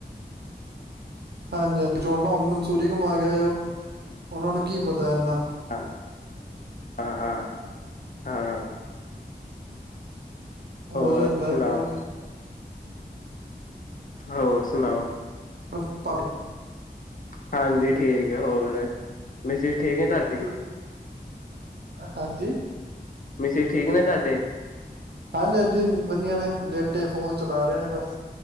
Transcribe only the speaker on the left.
ਹਾਂ, ਹਾਂ, ਹਾਂ, ਹਾਂ।
ਹੋਰ
ਸੁਣਾਓ
ਹੋਰ ਸੁਣਾਓ।
ਹਾਂਜੀ, ਠੀਕ ਹੈ ਹੋਰ। ਮਿਸੇਸ ਠੀਕ ਹੈ, ਤੁਹਾਡੀ।
ਮਿਸਿਸ ਠੀਕ ਨੇ ਤੁਹਾਡੇ